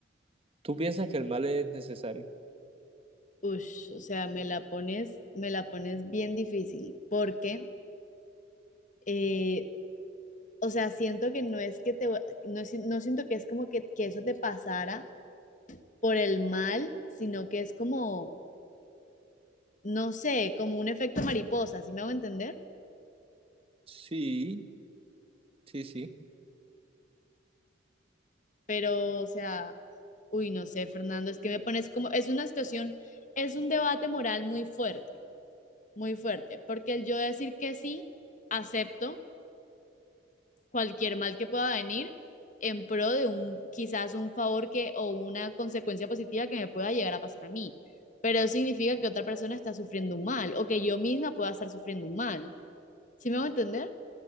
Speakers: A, on the right; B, on the left.
A: tú piensas que el mal es necesario?
B: Ush, o sea, me la pones, me la pones bien difícil, porque, eh, o sea, siento que no es que te, va- no, si- no siento que es como que, que eso te pasara por el mal, sino que es como no sé, como un efecto mariposa, ¿sí me hago entender?
A: Sí, sí, sí.
B: Pero, o sea, uy, no sé, Fernando, es que me pones como, es una situación, es un debate moral muy fuerte, muy fuerte, porque el yo decir que sí, acepto cualquier mal que pueda venir en pro de un, quizás un favor que, o una consecuencia positiva que me pueda llegar a pasar a mí, pero eso significa que otra persona está sufriendo un mal, o que yo misma pueda estar sufriendo un mal, ¿sí me hago entender?